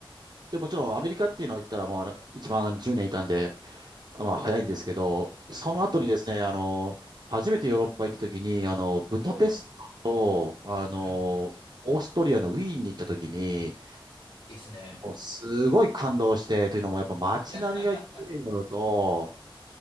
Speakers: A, on the right; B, on the left.
A: でもちろんアメリカっていうのを言ったらまあ一番10年いたんで、まあ早いんですけど、
B: うん
A: その後にですね、あの、初めてヨーロッパ行った時に、あの、ブダペストと、
B: うん。も
A: あの、
B: う、うんうん。
A: オーストリアのウィーンに行った時に、
B: いいっすね。
A: もうすごい感動して、というのもやっぱ街並みが綺麗なのと、
B: <laughs>